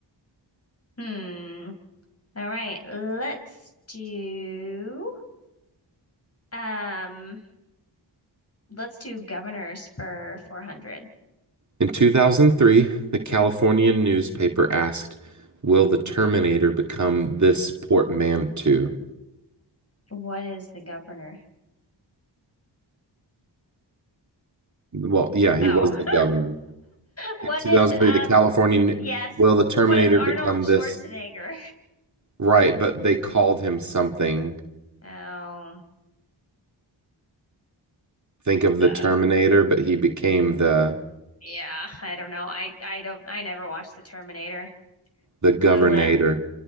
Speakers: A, on the left; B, on the right.
A: Hmm. All right, let's do um let's do governors for 400.
B: In 2003, the Californian newspaper asked, "Will the Terminator become this portmanteau?"
A: What is the governor?
B: Well, yeah, he
A: Oh.
B: was
A: <laughs>
B: the governor.
A: What
B: In 2003,
A: is um
B: the California,
A: yes.
B: will the Terminator
A: What is Arnold
B: become
A: Schwarzenegger?
B: this? Right, but they called him something.
A: Oh.
B: Think of the
A: Oh.
B: Terminator, but he became the
A: Yeah, I don't know. I I don't I never watched The Terminator.
B: the Governator.
A: Clueless.